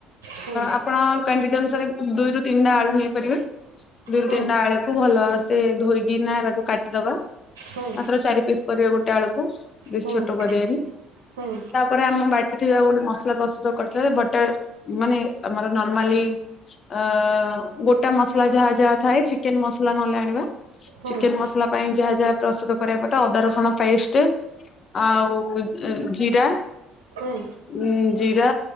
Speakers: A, on the right; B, on the left.
A: ହୁଁ
B: ଆପଣ କାଣ୍ଟିଟ ଅନୁସାରେ ଦୁଇରୁ ତିନଟା ଆଳୁ ନେଇପାରିବେ। ଦୁଇରୁ
A: ହୁଁ
B: ତିନଟା ଆଳୁକୁ ଭଲସେ ଧୋଇକି ନା ତାକୁ କାଟିଦବା।
A: ହୁଁ ହୁଁ
B: ମାତ୍ର ଚାରି ପିସ୍ କରିବା ଗୋଟେ ଆଳୁକୁ ବିସ୍
A: ହୁଁ
B: ଛୋଟ କରିବାନି
A: ହୁଁ
B: ତାପରେ ଆମେ ବାଟିଥିବା ଗୋଟେ ମସଲା କସୁ କରିଥିଲେ ଭଟା ମାନେ ଆମର ନର୍ମାଲି ଅ ଗୋଟା ମସଲା ଯାହା ଯାହା ଥାଏ ଚିକେନ ମସଲା ନହେଲେ ଆଣିବା।
A: ହୁଁ ହୁଁ
B: ଚିକେନ ମସଲା ପାଇଁ ଯାହା ଯାହା ପ୍ରସ୍ତୁତ କରବା କଥା ଅଦା ରସୁଣ ପେଷ୍ଟ। ଆଉ ଜିରା।
A: ହୁଁ।
B: ଉଁ ଜିରା